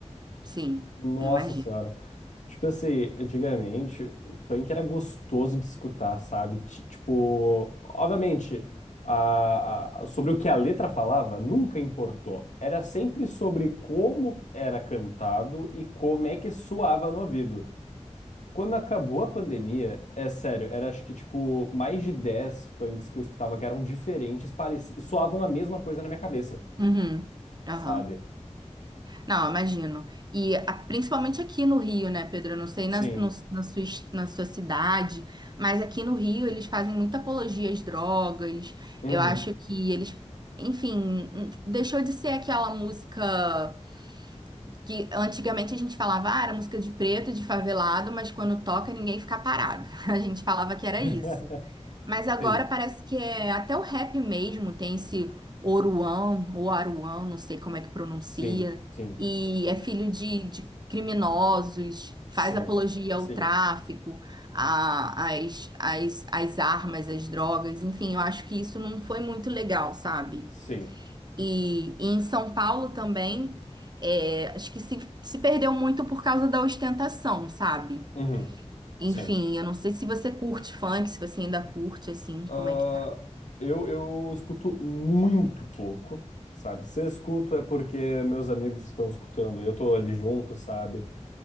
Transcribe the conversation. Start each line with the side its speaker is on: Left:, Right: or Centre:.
Right: Sim,
Left: Nossa
Right: eu imagino.
Left: senhora. Tipo assim, antigamente, o funk era gostoso de escutar, sabe? Ti- Tipo, obviamente, a, a- sobre o que a letra falava nunca importou. Era sempre sobre como era cantado e como é que soava no ouvido. Quando acabou a pandemia, é sério, era acho que tipo mais de 10 funks que eu escutava que eram diferentes, pareci, soavam a mesma coisa na minha cabeça,
Right: Uhum. Aham.
Left: sabe?
Right: Não, imagino. E a- principalmente aqui no Rio, né, Pedro? Eu não sei
Left: Sim.
Right: na, no- na sua, es- na sua cidade, mas aqui no Rio eles fazem muita apologia às drogas.
Left: Uhum.
Right: Eu acho que eles, enfim, hum, deixou de ser aquela música que antigamente a gente falava, ah, era música de preto, de favelado, mas quando toca ninguém fica parado. <laughs> A gente falava que era
Left: <laughs>
Right: isso. Mas agora
Left: Sim,
Right: parece que é até o rap mesmo tem esse Oruan, ou Aruan, não sei como é que pronuncia,
Left: sim, sim,
Right: e é filho de, de criminosos, faz
Left: sim.
Right: apologia
Left: Sim.
Right: ao tráfico, a- às, às, às armas, às drogas, enfim, eu acho que isso não foi muito legal, sabe?
Left: Sim.
Right: E, e em São Paulo também, é, acho que se, se perdeu muito por causa da ostentação, sabe?
Left: Uhum.
Right: Enfim,
Left: Sim.
Right: eu não sei se você curte funk, se você ainda curte, assim,
Left: Ah,
Right: como é que tá.
Left: eu, eu escuto muito pouco, sabe? Se eu escuto é porque meus amigos estão escutando, eu tô ali junto, sabe?